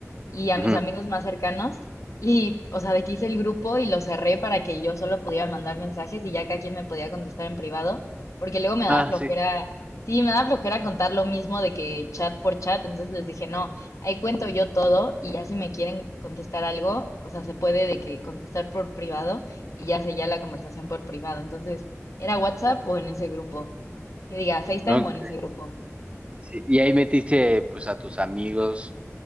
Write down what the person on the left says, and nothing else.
y a
mis amigos más cercanos, y, o sea, de que hice el grupo y lo cerré para que yo solo pudiera mandar mensajes y ya cada quien me podía contestar en privado, porque luego me daba
flojera,
sí, me daba flojera contar lo mismo de que chat por chat, entonces les dije, no. Ahí cuento yo todo y ya si me quieren contestar algo, o sea, se puede de que contestar por privado y ya se ya la conversación por privado. Entonces, ¿era WhatsApp o en ese grupo? Que diga FaceTime
o en ese grupo.